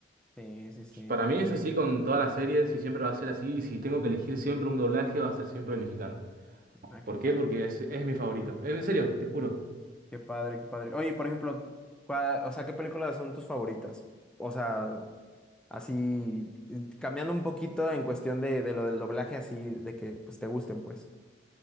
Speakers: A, in the centre; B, on the right (about 50°).
A: Sí, sí, sí.
B: Pues, Para mí es así con todas las series y siempre va a ser así. Y si tengo que elegir siempre un doblaje, va a ser siempre el mexicano.
A: Ah, qué
B: ¿Por
A: padre.
B: qué? Porque es, es mi favorito. Eh, En serio, te juro.
A: Qué padre, qué padre. Oye, por ejemplo, ¿cuál- o sea, ¿qué películas son tus favoritas? O sea, así, eh, cambiando un poquito en cuestión de, de lo del doblaje, así, de que pues te gusten, pues.